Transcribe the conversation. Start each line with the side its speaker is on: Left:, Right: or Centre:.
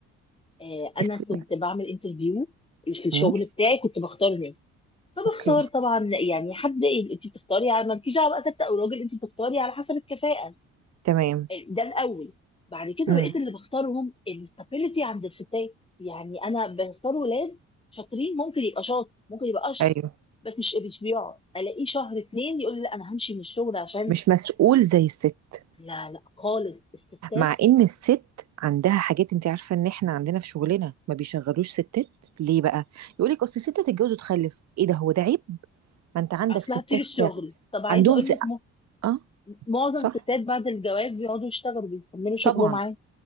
Left: آه انا
Right: الس...
Left: كنت بعمل انترفيو في الشغل
Right: امم
Left: بتاعي كنت بختار ناس فبختار
Right: اوكي
Left: طبعا يعني حد انت بتختاري على مالكيش دعوه بقى ست او راجل انت بتختاري على حسب الكفاءه
Right: تمام
Left: آه، ده الاول بعد كده
Right: امم
Left: بقيت اللي بختارهم الاستابيليتي عند الستات يعني انا بختار ولاد شاطرين ممكن يبقى شاطر ممكن يبقى اشطر
Right: ايوه
Left: بس مش مش بيقعد الاقيه شهر اتنين يقول لي لا انا همشي من الشغل عشان
Right: مش مسؤول زي الست
Left: لا لا خالص الستات
Right: مع ان الست عندها حاجات انت عارفه ان احنا عندنا في شغلنا ما بيشغلوش ستات ليه بقى يقول لك اصل الست تتجوز وتخلف ايه ده هو ده عيب ما انت عندك
Left: اصل
Right: ستات
Left: هتسيب الشغل طب عايزه
Right: عندهم
Left: اقول
Right: س...
Left: لك م-
Right: اه
Left: معظم
Right: صح
Left: الستات بعد الجواز بيقعدوا يشتغلوا بيكملوا شغلهم
Right: طبعا
Left: عادي